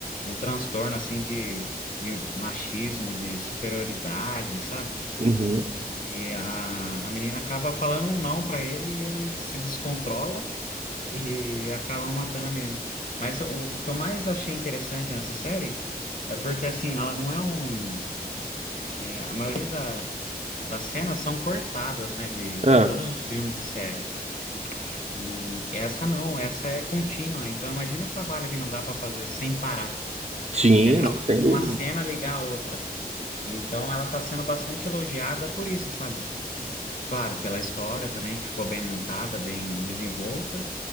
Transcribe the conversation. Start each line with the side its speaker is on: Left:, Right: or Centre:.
Left: um transtorno, assim, de, de machismo, de superioridade, sabe?
Right: uhum.
Left: E a, a menina acaba falando um não para ele e ele se descontrola e acabam matando a menina. Mas o, o que eu mais achei interessante nessa série é porque, assim, ela não é um... é, a maioria da- das cenas são cortadas, né, de,
Right: Ah,
Left: de todos os filmes e séries. E essa não, essa é contínua. Então, imagina o trabalho que não dá para fazer sem parar,
Right: sim,
Left: entendeu?
Right: não, sem
Left: Uma
Right: dúvida.
Left: cena ligar a outra. Então, ela está sendo bastante elogiada por isso, sabe? Claro, pela história também, que ficou bem montada, bem desenvolta.